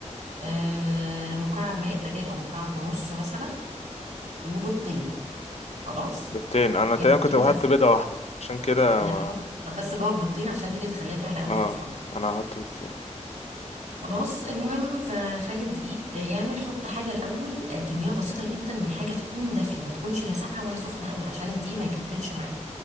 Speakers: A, on the right; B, on the left.
A: آه مكعب ماء الدجاج او مكعب ونص مثلا وبيضتين خلاص
B: بيضتين انا
A: هي
B: تقريبا
A: بيضتين
B: كنت بحط
A: بس
B: بيضه واحده عشان كده
A: لا
B: ما...
A: حط طب بس جوه البيضتين عشان دي اللي بتخليها تعلى قوي
B: اه
A: في الفرن
B: انا هحط بيضتين
A: خلاص المهم فخلي الدقيق يعمل حط حاجه الاول آه، كميه بسيطه جدا من حاجه تكون دافيه ما تكونش لا ساقعه ولا سخنه قوي عشان الدقيق ما يكتلش معايا